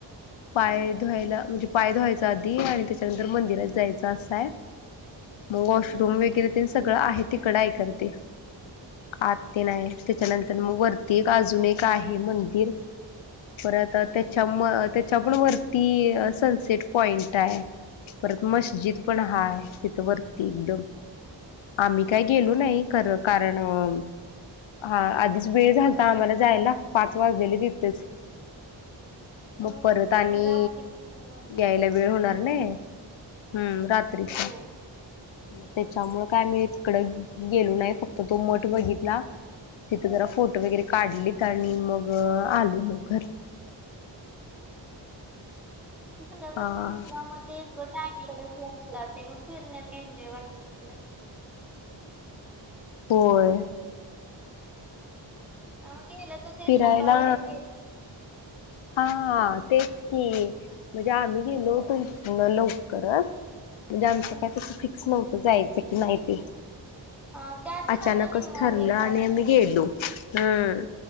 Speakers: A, on the left; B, in the centre.
A: पाय
B: हा हा
A: धुवायला म्हणजे पाय धुवायचा आदी आणि त्याच्यानंतर मंदिरात जायचं असाय. म वॉशरूम
B: हा हा
A: वगैरे तेन सगळं आहे तिकडं आहे खरं ते. आत तेन आहे त्याच्यानंतर मग वरती एक अजून एक आहे मंदिर परत त्याच्या म त्याच्या पण वरती अ सनसेट पॉइंट आहे. परत मस्जिद पण हाय तिथं वरती एकदम आम्ही काय गेलो
B: हा हा
A: नाही खरं कारण वम हा आधीच वेळ झालता आम्हाला जायला पाच वाजलेले तिथेच.
B: हा
A: मग परत
B: हा मग
A: आणि
B: रात्री मग होय
A: यायला वेळ होणार
B: हो
A: नाय. हम्म रात्रीचा
B: हो
A: मग त्याच्यामुळं काय महीत तिकडं गेलो नाही फक्त तो मठ बघितला तिथं जरा फोटो वगैरे काढलीत आणि
B: हम्म.
A: मग आलो मग घरला.
B: ते संध्याकाळचा
A: हा
B: म्हटला म ते सगळं टाइम लडत बसला ते मग फिरण्यात काय ऐन्जॉय वाटतच नाय.
A: होय.
B: त्यामुळं गेलं तर ते
A: फिरायला
B: सकाळी गेलं
A: हा तेच की म्हणजे आम्ही गेलो होतो इथनं लवकरच म्हणजे आमचं
B: हा
A: काय
B: हा
A: तसं फिक्स नव्हतं जायचं की नाही ते.
B: हा त्यातच
A: अचानकच
B: आपला निम्मा
A: ठरलं
B: वेळ
A: आणि
B: जातोय
A: आम्ही गेलो हम्म.